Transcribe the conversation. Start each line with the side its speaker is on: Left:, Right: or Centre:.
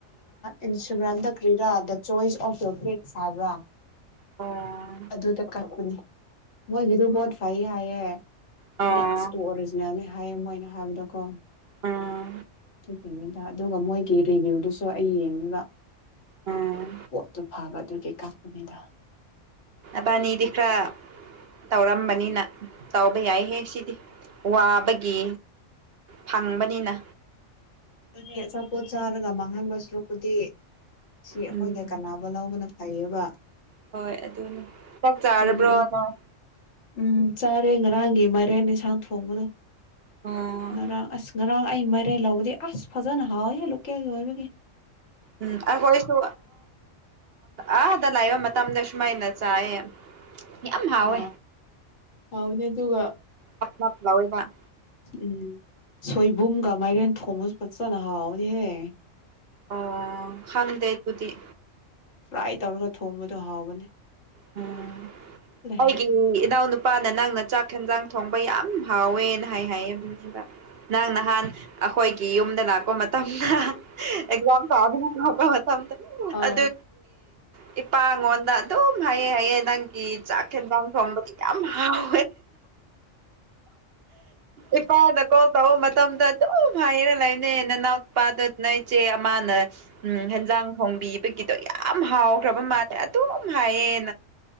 Left: ꯏꯟꯁꯇꯒ꯭ꯔꯥꯝꯗ ꯀ꯭ꯔꯤꯔꯥ the choice of your cakes ꯍꯥꯏꯕ꯭ꯔꯥ
Right: ꯑꯣ
Left: ꯑꯗꯨꯗ ꯀꯛꯄꯅꯦ ꯃꯣꯏꯒꯤꯗꯨ ꯄꯣꯠ ꯐꯩ ꯍꯥꯏꯌꯦ
Right: ꯑꯣ
Left: ꯅꯦꯛꯁꯇꯣ ꯑꯣꯔꯤꯖꯤꯅꯦꯜ ꯍꯥꯏꯌꯦ ꯃꯣꯏꯅ ꯍꯥꯏꯕꯗꯀꯣ
Right: ꯎꯝ
Left: ꯑꯗꯨ ꯑꯗꯨꯒ ꯃꯣꯏꯒꯤ ꯔꯤꯚ꯭ꯌꯨꯗꯨꯁꯨ ꯑꯩ ꯌꯦꯡꯉꯤꯕ
Right: ꯎꯝ
Left: ꯄꯣꯠꯇꯨ ꯐꯕ ꯑꯗꯨ ꯀꯥꯞꯅꯤꯗ
Right: ꯑꯕꯅꯤ ꯏꯗꯤ ꯈ꯭ꯔꯥ ꯇꯧꯔꯝꯕꯅꯤꯅ ꯇꯧꯕ ꯌꯥꯏꯍꯦ ꯁꯤꯗꯤ ꯋꯥꯕꯒꯤ ꯐꯪꯕꯅꯤꯅ
Left: ꯑꯗꯨ ꯑꯆꯥꯄꯣꯠ ꯆꯥꯔꯒ ꯃꯥꯡꯍꯟꯕ ꯁꯔꯨꯛꯄꯨꯗꯤ ꯁꯤ ꯑꯩꯈꯣꯏꯗ
Right: ꯎꯝ
Left: ꯀꯥꯟꯅꯕ ꯂꯧꯕꯅ ꯐꯩꯑꯕ
Right: ꯍꯣꯏ ꯑꯗꯨꯅꯤ ꯆꯥꯛ ꯆꯥꯔꯕ꯭ꯔꯣ
Left: ꯗꯨꯒꯤꯅꯤ
Right: ꯅꯪ
Left: ꯎꯝ ꯆꯥ ꯉꯣꯔꯦꯟ ꯉꯔꯥꯡꯒꯤ ꯃꯥꯏꯔꯦꯟ ꯏꯟꯁꯥꯡ ꯊꯣꯡꯕꯗꯣ
Right: ꯑꯣ
Left: ꯉꯔꯥꯡ ꯑꯁ ꯉꯔꯥꯡ ꯑꯩ ꯃꯥꯏꯔꯦꯟ ꯂꯧꯕꯗꯤ ꯑꯁ ꯐꯖꯅ ꯍꯥꯎꯋ ꯂꯀꯦꯜꯒꯤ ꯑꯣꯏꯕꯒꯦ
Right: ꯎꯝ ꯑꯩꯈꯣꯏꯁꯨ ꯑꯥꯗ ꯂꯥꯛꯏꯕ ꯃꯇꯝꯗ ꯁꯨꯃꯥꯏꯅ ꯆꯥꯏꯌꯦ ꯌꯥꯝ ꯍꯥꯎꯋꯦ
Left: ꯑ ꯍꯅꯦ ꯑꯗꯨꯒꯒ
Right: ꯅꯞ ꯅꯞ ꯂꯥꯎꯋꯦꯕ
Left: ꯎꯝ ꯁꯣꯏꯕꯨꯝꯒ ꯃꯥꯏꯔꯦꯟ ꯊꯣꯃꯁ ꯐꯖꯅ ꯍꯥꯎꯅꯦꯍꯦ
Right: ꯑꯣ ꯈꯪꯗꯦꯕꯨꯗꯤꯤ
Left: ꯐ꯭ꯔꯥꯏ ꯇꯧꯔꯒ ꯊꯣꯡꯕꯗꯨꯣ ꯍꯥꯎꯕꯅꯦ
Right: ꯎꯝ
Left: ꯂꯩ
Right: ꯍꯥꯏꯒꯤ ꯅꯅꯥꯅ ꯄꯔ ꯍꯥꯟꯅ ꯅꯪꯅ ꯆꯥꯛ ꯌꯦꯟꯖꯥꯡ ꯊꯣꯡꯕ ꯌꯥꯝ ꯍꯥꯎꯋꯦꯅ ꯍꯥꯏ ꯍꯥꯏꯌꯦ ꯅꯪ ꯅꯍꯥꯟ ꯑꯩꯈꯣꯏꯒꯤ ꯌꯨꯝꯗ ꯂꯥꯛꯄ ꯃꯇꯝꯗ ꯑꯦꯛꯖꯝꯗ ꯃꯇꯝ
Left: ꯑꯥ
Right: ꯑꯗꯨ ꯏꯄꯥꯉꯣꯟꯗ ꯑꯗꯨꯝ ꯍꯥꯏꯑꯦ ꯍꯥꯏꯑꯦ ꯅꯪꯒꯤ ꯆꯥꯛ ꯌꯦꯦꯟꯖꯥꯡ ꯊꯣꯡꯕꯗꯤ ꯌꯥꯝ ꯍꯥꯎ ꯏꯄꯥꯗ ꯀꯣ ꯀ ꯃ ꯃꯇꯝꯗ ꯑꯗꯨꯝ ꯍꯥꯏꯔꯦ ꯂꯩꯕꯅꯦ ꯅꯅꯥꯎ ꯅꯨꯄꯥꯗꯨ ꯅ ꯏꯆꯦ ꯑꯃꯅ ꯎꯝ ꯍꯦꯟꯖꯥꯡ ꯈꯣꯡꯕꯤꯕꯒꯤꯗꯣ ꯌꯥꯝ ꯍꯥꯎꯈ꯭ꯔꯕ ꯃꯥꯜꯂꯦ ꯑꯗꯨꯝ ꯍꯥꯏꯌꯦ